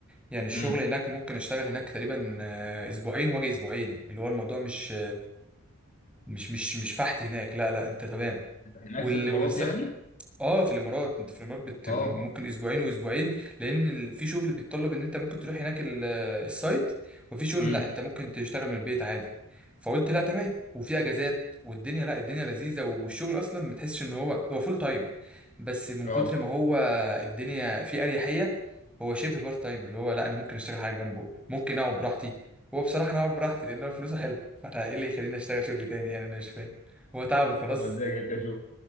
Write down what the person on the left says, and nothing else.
امم
هناك
في الامارات
يعني
اه
امم
اه
يا عم ازيك يا شو